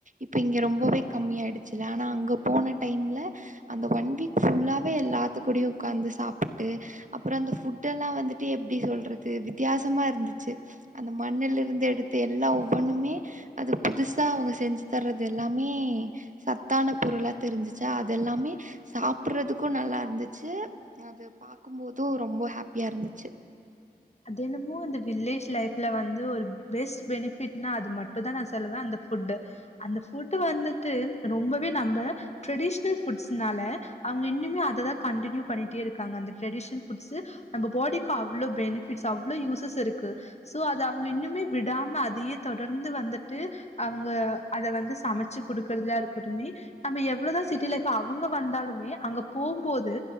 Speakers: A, on the right (about 50°); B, on the left (about 45°).
A: இப்ப இங்க ரொம்பவே கம்மி ஆயிடுச்சுல ஆனா அங்க போன டைம்ல அந்த ஒன் வீக் ஃபுல்லாவே எல்லாத்து கூடையு உக்காந்து சாப்பிட்டு அப்புறோ அந்த ஃபுட் எல்லா‌ வந்து எப்டி சொல்றது வித்தியாசமா இருந்துச்சு அந்த மண்ணுல இருந்து எடுத்து எல்லா ஒவ்வொண்ணுமே அது புதுசா அவுங்க செஞ்சு தர்றது எல்லாமே சத்தான பொருளா தெரிஞ்சிச்சா அதெல்லாமே சாப்பிடுறதுக்கு நல்லா இருந்துச்சு அத பாக்கும் மோது ரொம்ப ஹாப்பியா இருந்துச்சு
B: அதென்னமோ இந்த வில்லேஜ் லைஃப்ல வந்து ஒரு பெஸ்ட் பெனிஃபிட்னா அது மட்டு தா நா சொல்லுவ அந்த ஃபுட்டு அந்த ஃபுட்டு வந்துட்டு ரொம்பவே நம்ப ட்ரெடிஷ்னல் ஃபுட்ஸ்னால அவுங்க இன்னுமே அததானன கண்டினியூ பண்ணிட்டே இருகாங்க அந்த ட்ரெடிஷனல் ஃபுட்ஸு நம்ம பாடிக்கு அவ்ளோ பெனி ஃபிட்ஸ் அவ்ளோ யூசஸ் இருக்கு சோ அது அவுங்க இன்னுமே விடாம அதயே தொடர்ந்து வந்துட்டு அவுங்க அத வந்து சமச்சு குடுக்கறதுலா இருக்கட்டுமே நம்ம எவ்ளதா சிட்டி லைஃப் அவுங்க வந்தாலுமே அங்க போம்போது